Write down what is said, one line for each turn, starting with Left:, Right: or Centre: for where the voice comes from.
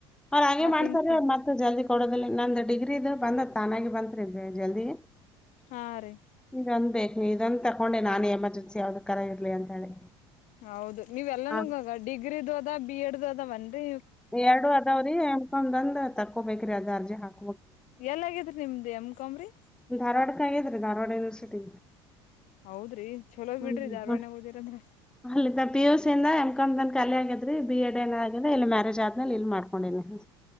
Centre: ಅವ್ರ ಹಾಗೆ
Left: ಮತ್ತನ್ಕಿ
Centre: ಮಾಡ್ತಾರೆ ಅವ್ರ ಮತ್ತ ಜಲ್ದಿ ಕೊಡೋದಿಲ್ಲ ನಂದು ಡಿಗ್ರಿಿದ ಬಂದತ್ ತಾನಾಗಿ ಬಂತರಿ ಇದ್ವಿ ಜಲ್ದಿ
Left: ಹಾ ರೀ
Centre: ಈಂದ ಬ ಇದನ್ ತಕೊಂಡೆ ನಾನು ಎಮರ್ಜೆನ್ಸಿ ಯಾವ್ದ ಕರ ಇರ್ಲಿ ಅಂತ ಹೇಳಿ
Left: ಹೌದು ನೀ್ ಎಲ್ಲಾನೂಗ್ಗ
Centre: ಹ
Left: ಡಿಗ್ರಿಿದು ಅದ ಬಿ ಎಡ್್ದ ಅದ ಬನ್ಿ
Centre: ಎರಡು ಅದಾವ್ರೀ ಎಮಕೊಂದ್ ತಕೊಬೇಕ್ರಿ ಅದ ಅರ್ಜಿ ಹಾಕಿ
Left: ಎಲ್ಲಗಿದ್ರ ನಿಮ್ದ್ ಎಮ್ಕಂಬ್ರಿ
Centre: ಧಾರವಾಡಕ್ ಆಗೇದ್ರಿ ಧಾರವಾಡ ಯೂನಿವರ್ಸಿಟಿ
Left: ಹೌದ್ರಿ ಚಲೋ ಬಿಡ್ರಿ
Centre: ಹ್ಮ್
Left: ಧಾರ್ವಾಡ್ಯ
Centre: ಹ್ಮ್
Left: ಓದಿರಂದ್ರ
Centre: ಅಲ್ಲಿಂದ ಪಿ ಯು ಎಂ ಕಾ್ ನ ಕಲಿ ಆಗಿದ್ರಿ ಬಿ ಎಡ್ ಏನ್ ಆಿದೆ ಇಲ್ಲಿ ಮ್ಯಾರೇಜ್ ಆದ್ಮೇಲೆ ಇಲ್ಲಿ ಮಾಡ್ಕೊಂಡಿನನಿ